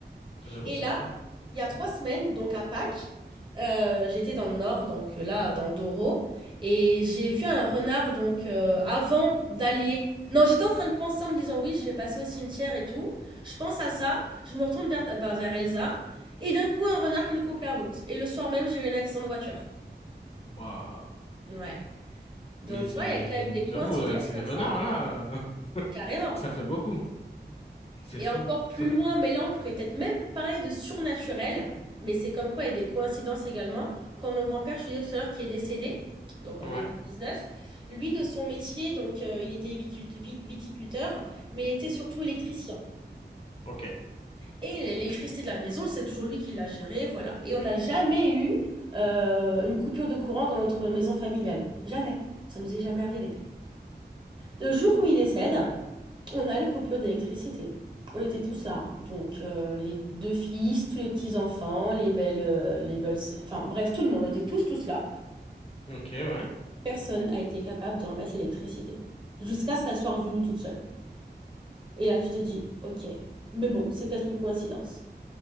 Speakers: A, on the left; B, on the right.
A: J'avoue,
B: Et
A: c'est
B: là,
A: fou.
B: Il y a trois semaines, donc à Pâques, euh, j'étais dans le nord, donc euh, là, dans le Doro, et j'ai vu un renard, donc euh, avant d'aller... Non, j'étais en train de penser en me disant oui, je vais passer au cimetière et tout. Je pense à ça, je me retourne vers, bah, vers Elsa, et d'un coup, un renard qui nous coupe la route. Et le soir même, j'ai eu un accident de voiture.
A: Waouh.
B: Ouais. Donc,
A: Mais c'est...
B: tu vois, il y a quand même des coïncidences
A: J'avoue, avec
B: comme
A: les renards,
B: ça.
A: là, <laughs>
B: Carrément.
A: ça fait beaucoup. C'est
B: Et
A: fou.
B: encore plus
A: Ça-
B: loin, mais là, on pourrait peut-être même parler de surnaturel. Mais c'est comme quoi, il y a des coïncidences également. Comme mon grand-père, je te disais tout à l'heure, qui est décédé, donc en
A: Ouais,
B: 2019, lui, de son métier, donc euh, il était viticult- vi- viticulteur, mais il était surtout électricien.
A: ok.
B: Et l'électricité de la maison, c'est toujours lui qui l'a gérée, voilà. Et on n'a jamais eu euh, une coupure de courant dans notre maison familiale. Jamais. Ça nous est jamais arrivé. Le jour où il décède, On a une coupure d'électricité. On était tous là, hein. Donc euh, les deux fils, tous les petits-enfants, les belles, euh, les belles... Enfin bref, tout le monde, on était tous tous là.
A: Ok, ouais.
B: Personne n'a été capable de remettre l'électricité. Jusqu'à ce qu'elle soit revenue toute seule. Et là, tu te dis, ok, mais bon, c'est peut-être une coïncidence.